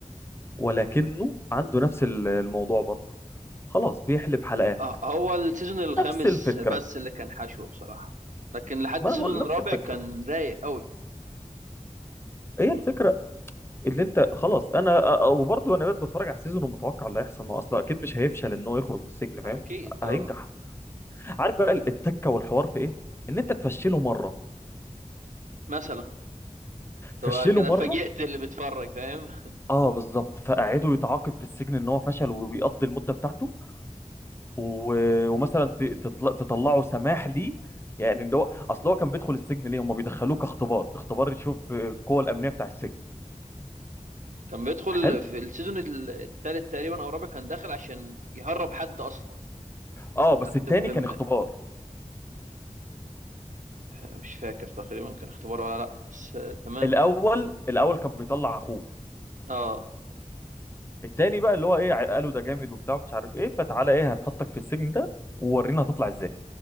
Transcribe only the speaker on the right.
آه، هو السيزون الخامس
بس اللي كان حشو بصراحة لكن لحد
السيزون
الرابع
كان رايق قوي
اكيد
اه
مثلا تبقى
كده
فاجئت اللي بيتفرج فاهم
<laughs> كان بيدخل
في السيزون التالت تقريبا او الرابع كان داخل عشان يهرب حد اصلا
حد
مهم
آه، مش فاكر تقريبا كان اختبار ولا لا بس آه، تمام
اه